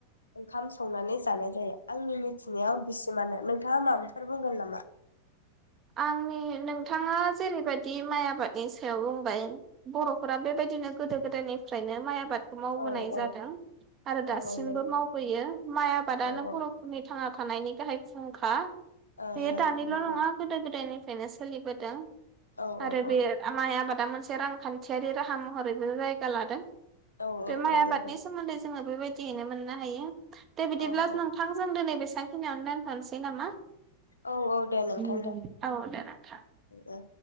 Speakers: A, on the left (about 75°); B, on the right (about 30°).
A: ओंखाम संनानै जानाय जायो आंनि मिथिनायाव बिसिमानो नोंथाङा माबाफोर बुंगोन नामा?
B: आंनि नोंथाङा जेरैबायदि बि माइ आबादनि सायाव बुंबाय बर'फोरा बेबायदिनो गोदो गोदायनिफ्रायनो माइ आबाद मावबोनाय
A: औ
B: जादों
A: औ
B: आरो दासिमबो
A: औ औ नंगौ
B: मावबोयो माइ आबादानो
A: औ औ
B: बर'फोरनि थाङा थानायनि गाहाय फुंखा
A: ओं
B: बे दानिल'
A: नंगौ
B: नङा गोदोनिफ्रायनो सोलिबोदों
A: औ
B: आरो बे
A: औ
B: माइ आबाद दा मोनसे रांखान्थियारि राहा महरैबो जायगा लादों
A: औ औ
B: बे माइ
A: औ
B: आबादनि
A: नंगौ
B: सोमोन्दै जोङो बेबायदियैनो मोननो हायो दे बिदिब्ला
A: औ औ
B: नोंथांजों दिनै बे सांखिनियावनो दोनथ'नोसै नामा?
A: औ औ दे नोंथां
B: औ दे नोंथां
A: दे